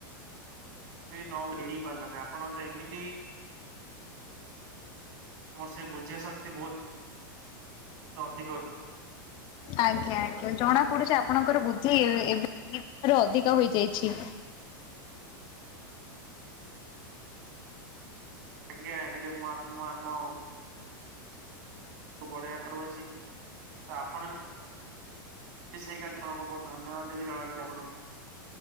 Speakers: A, on the right; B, on the left.
A: ନ, ହେଇ ପାରିଲାନି। ଆପଣ ମତେ ଏମିତି ମୋର ସେଇ ବୁଝିବା ଶକ୍ତି ବହୁତ <inaudible> ଅଧିକ ଅଛି।
B: ଆଜ୍ଞା ଆଜ୍ଞା, ଜଣା ପଡୁଛି ଆପଣଙ୍କର ବୁଦ୍ଧି ଏବେ ଅଧିକା ହୋଇଯାଇଛି।
A: ଆଜ୍ଞା, ଆଜ୍ଞା ମୁଁ ଆମ <unintelligible> ଅଛି ତ ଆପଣ ସେଇ ଜଣଙ୍କୁ ବହୁତ ଧନ୍ୟବାଦ ବି ଜଣାନ୍ତି ଆପଣ,